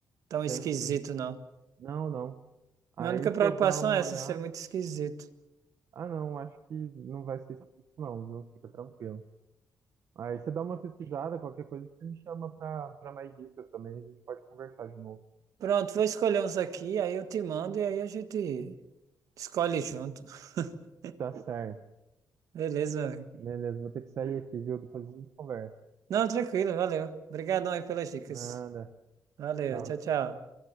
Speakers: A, on the right (about 70°); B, on the right (about 50°).
A: tão esquisito,
B: tem sim.
A: não.
B: Não, não. Aí
A: Minha única
B: você
A: preocupação
B: dá uma
A: é
B: olhada.
A: essa, ser muito esquisito.
B: Ah, não, acho que não vai ser isso, não, viu? Fica tranquilo. Aí você dá uma pesquisada, qualquer coisa, você me chama pra, pra mais dicas também, a gente pode conversar de novo.
A: Pronto, vou escolher uns aqui, aí eu te mando e aí a gente escolhe junto. <laughs>
B: Tá certo.
A: Beleza, meu amigo.
B: Beleza, vou ter que sair aqui, viu? Depois a gente conversa.
A: Não, tranquilo, valeu. Obrigadão aí pelas dicas.
B: Nada.
A: Valeu,
B: Tchau.
A: tchau, tchau.